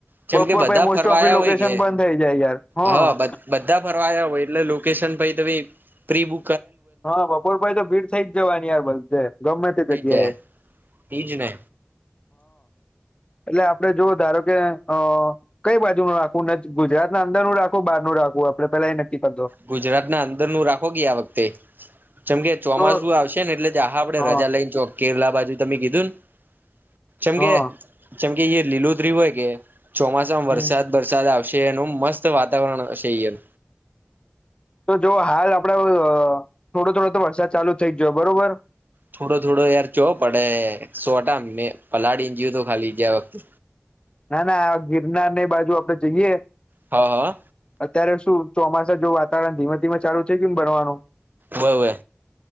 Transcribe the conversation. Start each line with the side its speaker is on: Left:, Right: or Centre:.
Right: જેમ
Left: બપોર
Right: કે બધા
Left: પછી મોસ્ટ
Right: ફરવાયા
Left: ઓફ લોકેશન
Right: હોય કે
Left: બંધ થઈ જાય યાર હા
Right: હ બધા ફરવાયા હોય એટલે લોકેશન પ પ્રિભુ
Left: હા બપોરભાઈ તો ભીડ થઈ જ જવાની યાર બ ગમે તે જગ્યા
Right: જાય
Left: એ
Right: એ જ ને
Left: એટલે આપડે જોવ ધારો કે અ કઈ બાજુ ન રાખવું ગુજરાત ના અંદર નું રાખવું બહાર નું રાખવું આપડે પેલા એ નક્કી કરતો
Right: ગુજરાત ના અંદર નું રાખો ગ આ વખતે જેમ કે ચોમાસું
Left: તો
Right: આવશે ને એટલે આા આપડે
Left: હા
Right: રજા લઈને ચો કેરલા બાજુ તમે કીધું ને જેમકે
Left: હા
Right: જેમકે એ લીલુંત્રી હોય કે ચોમાસામાં વરસાદ
Left: તો
Right: વરસાદ આવે શે એનું મસ્ત વાતાવરણશે એનું
Left: હ તો જો હાલ આપડે થોડો થોડો તો વરસાદ ચાલુ થઈ જ જોયો બરોબર
Right: થોડો થોડો યાર ચો પડે સોટ મેં પલાળ ને ગું તો ખાલી જ વખતે
Left: ના ના આ ગિરનાર ની બાજુ આપડે જઈએ
Right: હા હા
Left: અત્યારે શું ચોમાસા જો વાતાવરણ ધીમે ધીમે ચાલુ થઈ કે ભણવાનું
Right: હોવે હોવે